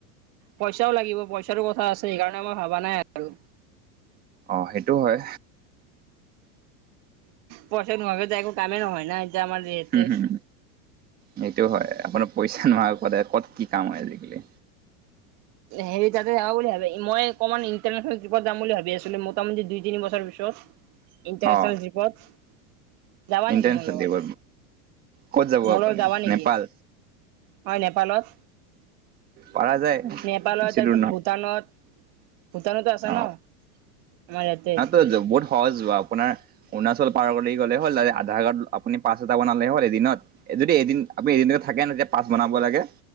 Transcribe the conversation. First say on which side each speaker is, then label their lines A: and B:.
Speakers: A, on the right; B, on the right.
A: পইচাও লাগিব পইচাৰো কথা আছে সেইকাৰণে মই ভাবা নাই আৰু
B: অ সেইটো হয়।
A: পইচা নোহাৱাকে যে একো কামেই নহয় না। এতিয়া আমাৰ যিহেতে
B: হুম হুম, সেইটো হয় আপোনাৰ পইচা নোহোৱাকে ক'ত কি কাম হয় আজিকালি।
A: হেৰি তাতে মই অকণমান ইণ্টাৰনেশনেলট্ৰিপত যাম বুলি ভাবি আছিলো মোটামুটি দুই-তিনিছৰ পিছত। ইণ্টাৰনেচনেল
B: অ
A: ৰিপৰ্ট যাবা
B: ইণ্টাৰনেশ্যনেল
A: নেকি মোৰ লগত?
B: ক'ত যাব
A: মোৰ
B: আপুনি
A: যাবা নেকি?
B: নেপাল?
A: হয় নেপালত।
B: পাৰা যায়।
A: নেপালত
B: বেছি
A: তাৰপিছত
B: দূৰ নহয়
A: ভূটানত, ভূটানতো আছে
B: অ
A: ন আমাৰ ইয়াতে।
B: <inaudible> সহজ যোৱা। আপোনাৰ অৰুণাচল পাৰ গ'লে হ'ল আধাৰ কাৰ্ড আপুনি পাছ এটা বনালে হ'ল এদিনত। যদি এদিন আপুনি এদিনক থাকে ন পাছ বনাব লাগে,